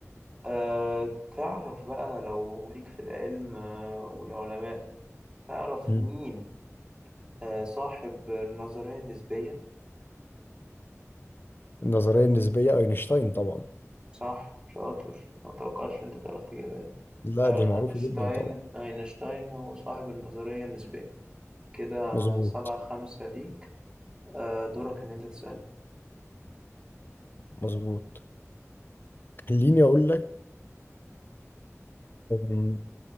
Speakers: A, on the right; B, on the left.
A: أه تعرف بقى لو ليك في العلم أه والعلماء تعرف
B: مم.
A: مين أه صاحب النظرية النسبية
B: النظرية النسبية أينشتاين طبعا
A: صح شاطر ما توقعتش أنت تعرف تجيبها دي
B: لا
A: فعلا
B: دي معروفة
A: أينشتاين
B: جدا طبعا
A: أينشتاين هو صاحب النظرية النسبية كده
B: مظبوط
A: سبعة خمسة ليك أه دورك إن أنت تسألني
B: مظبوط خليني أقول لك أم،